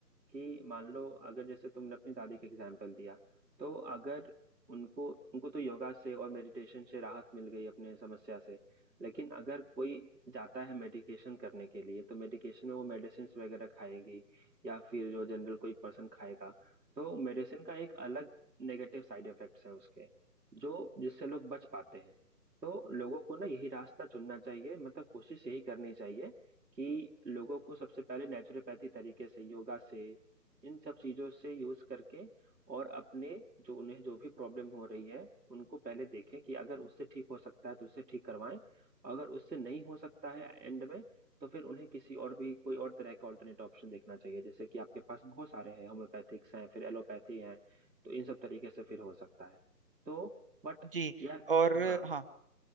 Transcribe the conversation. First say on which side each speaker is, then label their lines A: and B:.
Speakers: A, on the right (about 85°); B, on the right (about 35°).
A: कि मान लो अगर जैसे तुमने अपनी दादी का एग्जाम्पल दिया तो अगर उनको उनको तो योगा से और मेडिटेशन से राहत मिल गई अपने समस्या से लेकिन अगर कोई जाता है मेडिकेशन करने के लिए तो मेडिकेशन में वो मेडिसिन वगैरह खाएगी या फिर जो जनरल कोई पर्सन खाएगा तो मेडिसिन का एक अलग नेगेटिव साइड इफेक्ट्स है उसके जो जिससे लोग बच पाते हैं तो लोगों को ना यही रास्ता चुनना चाहिए मतलब कोशिश यही करनी चाहिए कि लोगों को सबसे पहले नेचुरोपैथी तरीके से योगा से इन सब चीजों से यूज करके और अपने जो उन्हें जो भी प्रॉब्लम हो रही है उनको पहले देखें कि अगर उससे ठीक हो सकता है तो उससे ठीक करवाएं अगर उससे नहीं हो सकता है एंड में तो फिर उन्हें किसी और भी कोई और तरह का ऑल्टरनेट ऑप्शन देखना चाहिए जैसे कि आपके पास बहुत सारे हैं होम्योपैथिक्स हैं फिर एलोपैथी हैं तो इन सब तरीके से फिर हो सकता है तो बट
B: जी
A: यार
B: और
A: हाँ
B: हाँ